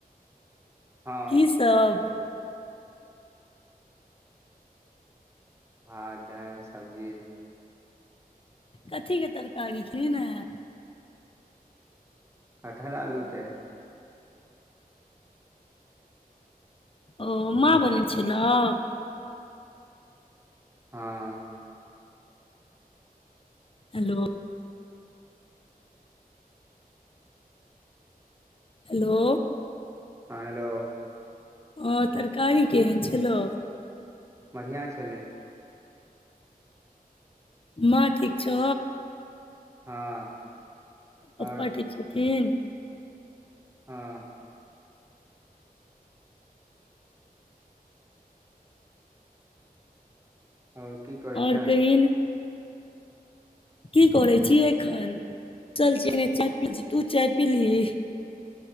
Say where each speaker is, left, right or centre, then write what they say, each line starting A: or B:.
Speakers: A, on the right; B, on the left.
A: हँ
B: की सब
A: भात दालि सब्जी
B: कथी के तरकारी खेलहिन हें
A: कटहर आलूके
B: ओ माँ बनेन छेलौं
A: हँ
B: हेलो हेलो
A: हँ हेलो
B: हँ तरकारी केहन छेलौ
A: बढ़ियाँ छलै
B: माँ ठीक छौ
A: हँ
B: पप्पा
A: आओर
B: ठीक छथिन
A: हँ आओर की करै
B: और
A: छें।
B: कहिन की करै छी एखन चल संगे चाय पियै छी तू चाय पीलही।